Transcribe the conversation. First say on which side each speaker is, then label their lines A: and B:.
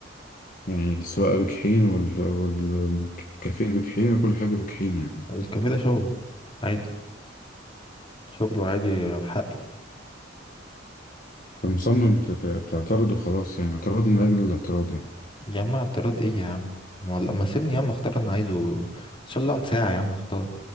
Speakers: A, on the left; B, on the left.
A: يعني السواقة بجحيم وال... والكافيه بجحيم وكل حاجة بجحيم يعني
B: الكافيه ده شغله عادي شغله عادي حقي
A: فمصمم ت- ت- تعترض وخلاص يعني اعتراض من أجل الاعتراض يعني
B: يا عم اعتراض ايه يا عم ولا ما سيبني يا عم اختار اللي انا عايزه ان شاء الله اقعد ساعة يا عم اختار